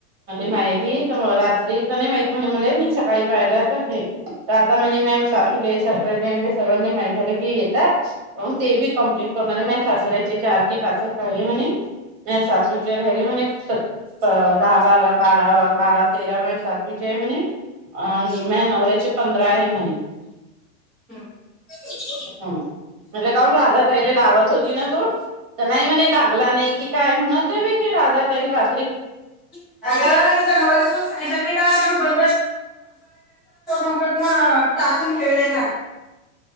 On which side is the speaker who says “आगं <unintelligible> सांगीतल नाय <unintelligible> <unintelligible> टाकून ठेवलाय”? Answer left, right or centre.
Centre